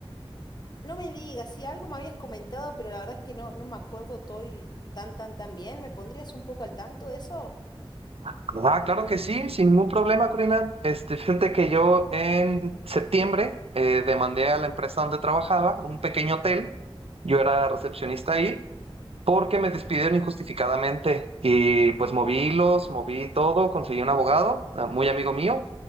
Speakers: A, on the left (about 45°); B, on the right (about 85°).
A: No me digas, sí, algo me habías comentado, pero la verdad es que no, no me acuerdo todo y tan, tan, tan bien. ¿Me pondrías un poco al tanto de eso?
B: Ah, claro que sí, sin ningún problema, Corina. Este, fíjate que yo en septiembre eh, demandé a la empresa donde trabajaba, un pequeño hotel. Yo era recepcionista ahí porque me despidieron injustificadamente y pues moví hilos, moví todo, conseguí un abogado, ah, muy amigo mío.